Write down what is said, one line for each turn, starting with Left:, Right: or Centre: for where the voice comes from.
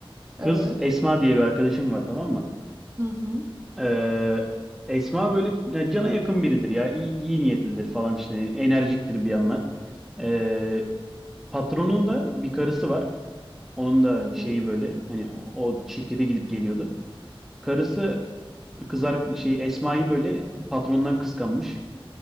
Centre: kız
Right: Evet.
Centre: Esma diye bir arkadaşım var tamam mı?
Right: Hı hı.
Centre: Ee, Esma böyle ya, cana yakın biridir ya. İyi, iyi niyetlidir falan işte. Enerjiktir bir yandan. Ee, patronun da bir karısı var. Onun da
Right: Hı hı.
Centre: şeyi böyle hani o, o şirkete gidip geliyordu. Karısı kızar şey Esma'yı böyle patrondan kıskanmış.